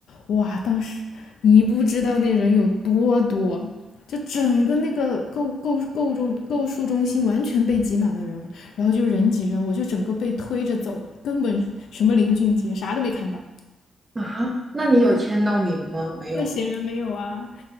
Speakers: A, on the left (about 80°); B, on the right (about 20°).
A: 哇，当时你不知道那人有多多，就整个那个购购购物中购书中心完全被挤满了人，然后就是人挤人，我就整个被推着走，根本什么林俊杰啥都没看到，
B: 啊，那你有签到名吗？没有吗？
A: 那显然没有啊，